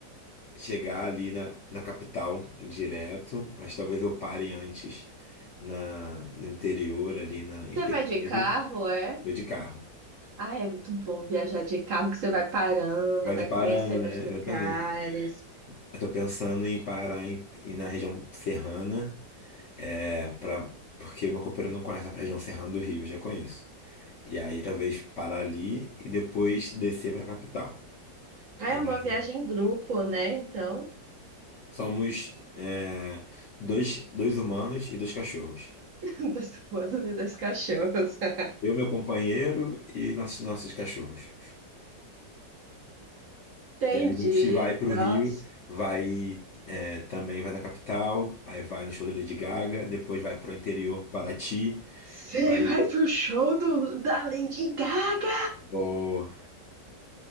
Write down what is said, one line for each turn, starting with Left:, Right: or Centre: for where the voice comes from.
Left: chegar ali na, na capital direto, mas talvez eu pare antes na, no interior, ali na, em
Right: Você
Left: Penedo,
Right: vai de carro, é?
Left: vou de carro.
Right: Ai, é muito bom viajar de carro, que você vai parando,
Left: Pode
Right: vai
Left: ir
Right: conhecendo
Left: parando, né?
Right: os lugares.
Left: Exatamente. Eu tô pensando em parar em, em- na região serrana, é, pra, porque meu companheiro não conhece a região serrana do Rio, eu já conheço. E aí talvez parar ali e depois descer pra capital.
Right: Ah,
Left: E
Right: é uma
Left: aí,
Right: viagem em grupo, né? Então,
Left: somos é, dois, dois humanos e dois cachorros.
Right: <laughs> dos humanos e dos cachorros. <laughs>
Left: Eu, meu companheiro e nossos, nossos cachorros.
Right: Entendi.
Left: E aí a gente vai pro
Right: Nossa.
Left: Rio, vai é, também vai na capital, aí vai no show da Lady Gaga, depois vai pro interior, Paraty,
Right: Você
Left: vai.
Right: vai pro show do, da Lady Gaga?
Left: Vou,